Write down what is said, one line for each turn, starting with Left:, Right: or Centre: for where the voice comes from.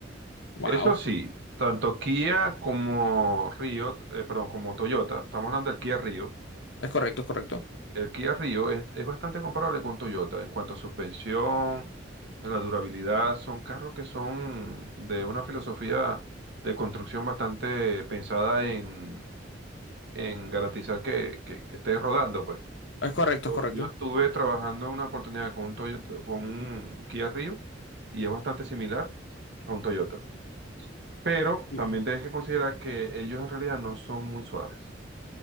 Left: wow,
Right: Eso sí, tanto Kia como Rio, eh, perdón, como Toyota, estamos hablando del Kia Rio.
Left: es correcto, es correcto.
Right: El Kia Rio es, es bastante comparable con Toyota en cuanto a suspensión, la durabilidad. Son carros que son de una filosofía de construcción bastante pensada en, en garantizar que, que, que estés rodando, pues.
Left: Es correcto,
Right: Yo,
Left: es correcto.
Right: yo estuve trabajando en una oportunidad con un Toyota, con un Kia Rio y es bastante similar a un Toyota. Pero
Left: Sí,
Right: también tienes que considerar que ellos en realidad no son muy suaves.